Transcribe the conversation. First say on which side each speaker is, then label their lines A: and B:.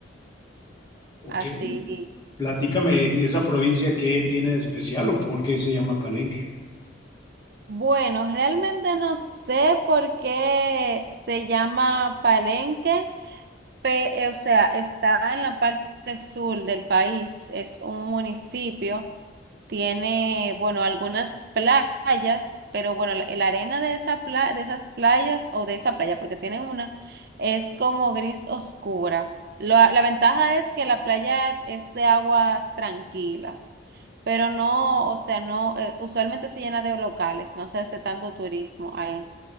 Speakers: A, on the left (about 20°); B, on the right (about 55°).
A: Ok,
B: Así.
A: platícame esa provincia qué tiene de especial o por qué se llama Palenque.
B: Bueno, realmente no sé por qué se llama Palenque, pe- eh, o sea, está en la parte sur del país, es un municipio Tiene, bueno, algunas playas, pero bueno, la, la arena de esa pla- de esas playas o de esa playa, porque tiene una, es como gris oscura. La, la ventaja es que la playa es de aguas tranquilas, pero no, o sea, no, eh, usualmente se llena de locales, no se hace tanto turismo ahí.